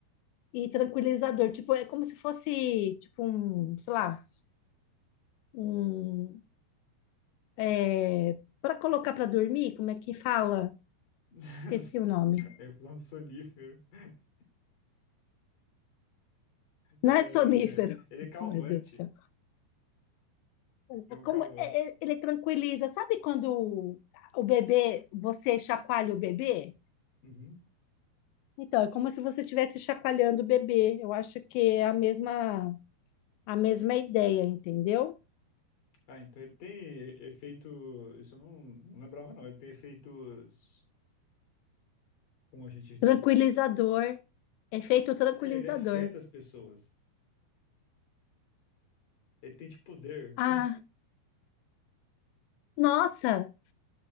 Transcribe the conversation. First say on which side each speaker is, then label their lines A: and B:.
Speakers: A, on the left; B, on the left.
A: e tranquilizador. Tipo, é como se fosse, tipo, um, sei lá, um... É, para colocar para dormir, como é que fala?
B: <laughs>
A: Esqueci o nome.
B: É um sonífero. <laughs>
A: Não
B: É,
A: é sonífero.
B: ele é
A: <laughs>
B: calmante.
A: Meu Deus do céu.
B: É
A: É
B: um
A: Como
B: calmante.
A: é- é- ele tranquiliza, sabe quando o bebê, você chacoalha o bebê?
B: Uhum.
A: Então, é como se você estivesse chacoalhando o bebê. Eu acho que é a mesma, a mesma ideia, entendeu?
B: Ah, então ele tem efeito. Isso eu não, não lembrava, não. Ele tem efeitos. Como a gente diz.
A: Tranquilizador, efeito tranquilizador.
B: É, ele afeta as pessoas. Ele tem tipo poder.
A: Ah, nossa!